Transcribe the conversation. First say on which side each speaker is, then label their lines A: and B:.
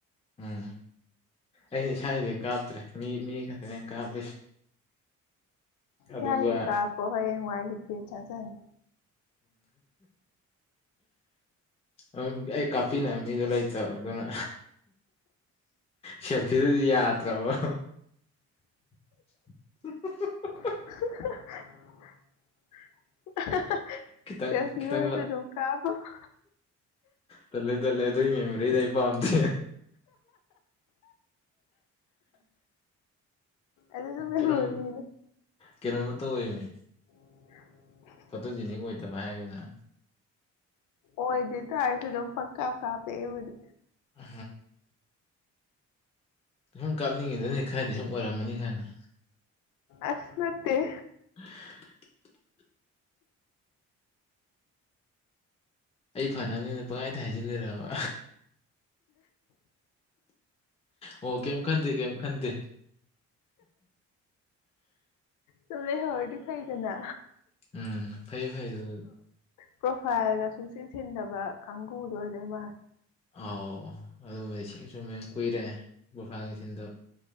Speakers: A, on the left (about 20°); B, on the left (about 75°).
A: ꯎꯝ ꯑꯩꯩꯅ ꯏꯁꯥꯒꯤꯗꯤ ꯀꯥꯞꯇ꯭ꯔꯦ ꯃꯤ ꯃꯤ ꯈꯛꯇꯅꯦ ꯀꯥꯞꯄꯤꯁꯦ ꯑꯗꯨꯒ
B: ꯌꯥꯏꯁꯨꯨ ꯀꯥꯞꯄꯣ ꯍꯌꯦꯡ ꯋꯥꯏ ꯂꯤꯒꯦ ꯆꯥꯖꯅꯤ
A: ꯎꯝ ꯑꯩ ꯀꯥꯄꯤꯅ ꯃꯤꯂ ꯆ ꯑꯗꯨꯅ ꯁꯦꯜꯐꯤꯗꯗꯤ ꯌꯥꯗꯔ ꯕ <inaudible>
B: <inaudible>
A: ꯈꯤꯇꯪ
B: ꯁꯦꯦꯜꯐꯤꯁꯦ
A: ꯈꯤꯇꯪ
B: ꯗꯨ ꯀꯥꯕ <unintelligible>
A: ꯇꯜꯂꯦ ꯇꯜꯂꯦ ꯑꯗꯨꯏ ꯃꯦꯃꯣꯔꯤꯗ ꯑꯩ ꯄꯥꯝꯗꯦ
B: ꯑꯗꯨꯁꯨ ꯃꯦꯃꯣꯔꯤꯅꯦ
A: ꯀꯩꯅꫭꯝ ꯀꯩꯅꯣꯃꯥ ꯇꯧꯋꯦꯃꯤ
B: <inaudible>
A: ꯐꯣꯠꯇꯣꯖꯤꯅꯤ ꯑꯣꯏꯇꯕ ꯍꯥꯏꯒꯗꯥ
B: ꯑꯣꯏꯗꯤꯇꯥꯥꯔꯁꯨ ꯑꯗꯨꯝ ꯄꯪꯀꯥꯞ ꯀꯥꯞꯄꯦ ꯑꯩꯕꯨꯗꯤ
A: ꯑ ꯁꯨꯝ ꯀꯥꯞꯅꯤꯡꯉꯤꯗꯅꯤ ꯈꯔꯗꯤ ꯁꯨꯝ ꯑꯣꯏꯔꯝꯃꯅꯤ ꯈꯪꯉꯤ
B: ꯑꯁ ꯅꯠꯇ‌ꯦ
A: <inaudible> ꯑꯩ ꯐꯅꯕꯅꯤꯅ ꯄꯪꯈꯥꯏꯗ ꯍꯥꯏꯖꯤꯟꯕꯤꯔꯛꯑꯕ ꯑꯣ ꯀꯝ ꯈꯟꯗꯦ ꯀꯝ ꯈꯟꯗꯦ
B: ꯆꯂꯦ ꯍꯔꯗꯤ ꯐꯥꯏꯗꯅ
A: ꯎꯝ ꯐꯩ ꯐꯩ ꯑꯗꯨ
B: ꯄ꯭ꯔꯣꯐꯥꯏꯜꯒ ꯁꯨꯡꯆꯤꯟꯁꯤꯟꯗꯕ ꯀꯥꯡꯕꯨꯗꯣ ꯑꯣꯏꯗꯣꯏ ꯃꯥꯜꯂꯦ
A: ꯑꯥꯎ ꯑꯗꯨꯃꯗꯤ ꯁꯦꯡ ꯆꯨꯝꯃꯦ ꯀꯨꯏꯔꯦ ꯕꯣꯐꯥꯒꯁꯤꯟꯗꯣ